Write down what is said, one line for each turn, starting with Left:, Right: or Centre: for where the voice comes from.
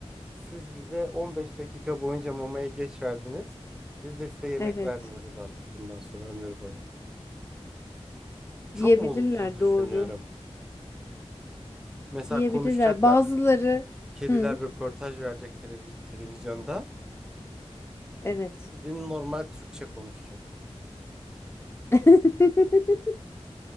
Centre: Siz bize 15 dakika boyunca mamaya geç verdiniz. Biz de size yemek
Left: Evet,
Centre: vermiyoruz artık bundan sonra ömür boyu. Çok
Left: diyebilirler
Centre: mu olumsuz düşünüyorum?
Left: doğru.
Centre: Mesela
Left: diyebilirler.
Centre: konuşacaklar.
Left: Bazıları
Centre: Kediler
Left: Hı.
Centre: röportaj verecek televiz- televizyonda.
Left: evet.
Centre: Bildiğin normal Türkçe konuşacak.
Left: <laughs>